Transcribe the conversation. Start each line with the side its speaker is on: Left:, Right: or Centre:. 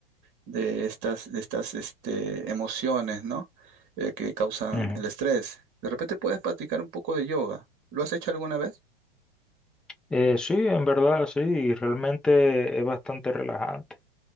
Right: de estas, de estas este, emociones, ¿no? Eh, que causan
Centre: ujú.
Right: el estrés. De repente puedes practicar un poco de yoga. ¿Lo has hecho alguna vez?
Centre: Eh, sí, en verdad, sí, y realmente es bastante relajante.